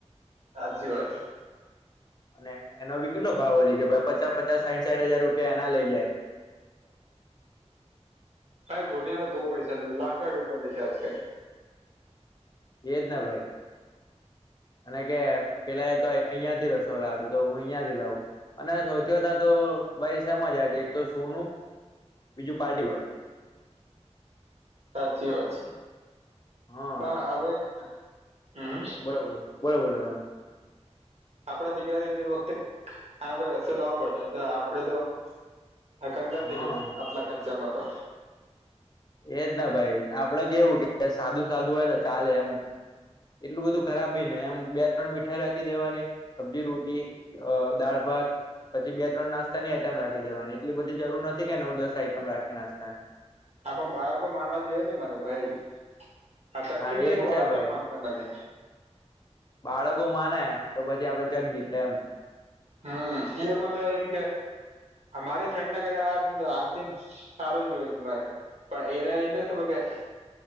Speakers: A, on the right (about 65°); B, on the left (about 35°).
A: હાચી વાત છે.
B: અને એનો ભી કેટલો ભાવ વધી કભાઈ પચાસ પચાસ સાઈઠ સાઠ હજાર રૂપિયા એના લઈ જાય
A: હા ઘોડિયા તો બો પૈસા લે લાખ લાખ રૂપિયા <unintelligible>
B: એજ ને ભાઈ અને કે પેલા એ તો અહિયાં થી રસોલા હતો તો હું અહિયા થી લાઉ અને સૌથી બધા તો ભાઈ સેમા જાય છે, એક તો સોનું બીજું પાર્ટવટ
A: સાચી વા છે.
B: હા
A: પણ હવે, હમ્મ.
B: બરાબોર. બોલો બોલો તમે.
A: આપડા દીકરા દીકરી વખતે આનો રસ્તો લાવવો પડશે આપડે તો આ કંગાલ થઈ
B: હા
A: જશે, આટલા ખર્ચમાં તો.
B: એજ ના ભાઈ આપડે કેવું કે સાદું સાદું હોય તો ચાલે એમ. એટલું બધું ખરાબ બી ને એમ બે ત્રણ મીઠાઈ રાખી દેવાની સબ્જી, રોટી. અ દાળ, ભાત પછી બે ત્રણ નાસ્તાની આઈટમ રાખી દેવાની એટલી બધી જરૂર નથી કે નવ દસ આઈટમ રાખી નાસ્તા ને.
A: હા પણ બાળકો માનવા જોઈએ ને મારે ભાઈ. આ તકલીફ
B: હા એજ
A: છે કે બાળકો
B: ભાઈ
A: માનતા નથી.
B: બાળકો માને તો પછી આપડે જગ જીતે એમ.
A: હમ્મ, એઈ લોકો તો એમ કે અમારી ફ્રેન્ડ ના ઘરે આને આથી સારું જોવે છે મારે પણ એને <unintelligible>